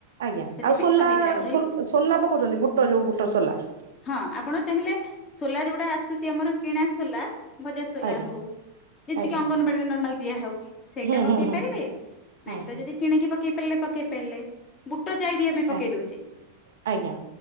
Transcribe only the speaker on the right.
ଆଜ୍ଞା
ଆଉ ସୋଲା
ସୋଲା ପକାଉଛନ୍ତି ବୁଟ ଯୋଉ ବୁଟ ସୋଲା।
ଆଜ୍ଞା
ଆଜ୍ଞା।
ହୁଁ
ହୁଁ ହୁଁ
ହୁଁ
ଆଜ୍ଞା
ଆଜ୍ଞା